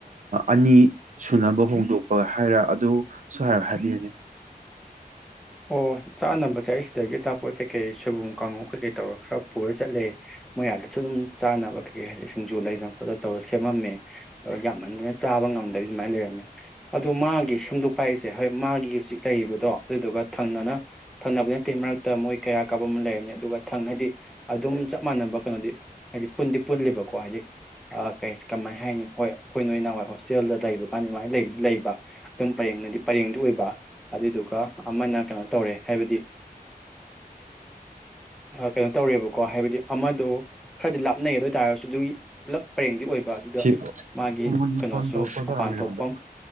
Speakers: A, on the right; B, in the centre.
A: ꯑꯅꯤ ꯁꯨꯅꯕ ꯍꯣꯡꯗꯣꯛꯄꯒ ꯍꯥꯏꯔ ꯑꯗꯨ ꯁ ꯍꯥꯏꯔ ꯍꯥꯏꯕꯤꯔꯅꯦ
B: ꯑꯣ ꯆꯥꯅꯕꯁꯦ ꯑꯩ ꯁꯤꯗꯒꯤ ꯑꯆꯥꯄꯣꯠ ꯀꯩꯀꯩ ꯁꯣꯏꯕꯨꯝ ꯀꯥꯡꯉ ꯀꯩꯀꯩ ꯇꯧꯔ ꯈꯔ ꯄꯨꯔ ꯆꯠꯂꯦ ꯃꯌꯥꯗꯁꯨ ꯑꯗꯨꯝ ꯆꯥꯅꯕ ꯀꯩꯀꯩ ꯍꯥꯏꯗꯤ ꯁꯤꯡꯖꯨ ꯂꯩꯗꯅ ꯈꯣꯠꯇ ꯇꯧꯔꯒ ꯁꯦꯝꯃꯝꯃꯦ ꯌꯥꯝꯃꯟꯅ ꯆꯥꯕ ꯉꯝꯗꯕꯤ ꯑꯗꯨꯃꯥꯏꯅ ꯂꯩꯔꯝꯃꯦ ꯑꯗꯣ ꯃꯥꯒꯤ ꯁꯦꯝꯗꯣꯛ ꯄꯥꯏꯁꯦ ꯍꯣꯏ ꯃꯥꯒꯤ ꯍꯧꯖꯤꯛ ꯂꯩꯔꯤꯕꯗꯣ ꯑꯗꯨꯗꯨꯒ ꯊꯪꯅꯅ ꯊꯪꯅꯕ ꯅꯠꯇꯦ ꯃꯔꯛꯇ ꯃꯣꯏ ꯀꯩꯔꯥꯛ ꯀꯥꯞꯕ ꯑꯃ ꯂꯩꯔꯅꯤ ꯑꯗꯨꯒ ꯊꯪ ꯍꯥꯏꯗꯤ ꯑꯗꯨꯝ ꯆꯞ ꯃꯥꯟꯅꯕ ꯀꯩꯅꯣꯗꯤ ꯍꯥꯏꯗꯤ ꯄꯨꯟꯗꯤ ꯄꯨꯜꯂꯤꯦꯕꯀꯣ ꯍꯥꯏꯗꯤ ꯀ ꯀꯃꯥꯏꯅ ꯍꯥꯏꯅꯤ ꯍꯣꯏ ꯑꯩꯈꯣꯏ ꯅꯣꯏ ꯅꯍꯋꯥꯏ ꯍꯣꯁꯇꯦꯜꯗ ꯂꯩꯕ ꯀꯥꯟꯗ ꯑꯗꯨꯃꯥꯏꯅ ꯂꯩꯕꯗꯤ ꯂꯩꯕ ꯑꯗꯨꯝ ꯄꯔꯦꯡ ꯅꯗꯤ ꯄꯔꯦꯡꯗꯨ ꯑꯣꯏꯕ ꯑꯗꯨꯗꯨꯒ ꯑꯃꯅ ꯀꯩꯅꯣ ꯇꯧꯔꯦ ꯍꯥꯏꯕꯗꯤ ꯀꯩꯅꯣ ꯇꯧꯔꯦꯕꯀꯣ ꯍꯥꯏꯕꯗꯤ ꯑꯃꯗꯣ ꯈꯔꯗꯤ ꯂꯥꯞꯅꯩꯒꯗ ꯑꯣꯏ ꯇꯥꯔꯒꯁꯨ ꯑꯗꯨꯒꯤ ꯄꯨꯂꯞ ꯄꯔꯦꯡꯗꯤ ꯑꯣꯏꯕ ꯑꯗꯨꯗ
A: ꯁꯤ
B: ꯃꯥꯒꯤ
A: ꯎꯃꯣꯟꯒꯤ
B: ꯀꯩꯅꯣꯁꯨ
A: ꯐꯣꯟ ꯇꯧꯔꯛꯄ
B: ꯃꯄꯥꯟ
A: ꯇꯧꯔꯝꯃꯦ ꯑꯩꯉꯣꯟꯗ
B: ꯊꯣꯛꯐꯝ